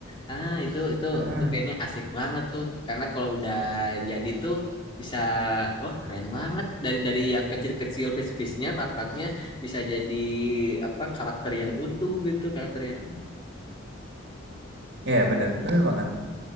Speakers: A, on the left; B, on the right.
A: Ah itu itu
B: Mm-mm.
A: itu kayaknya asik banget tuh karena kalau udah jadi tuh bisa wah keren banget dari dari yang kecil-kecil piece-piece-nya part-partnya bisa jadi apa karakter yang utuh gitu karakter yang
B: ya yeah, bener bener banget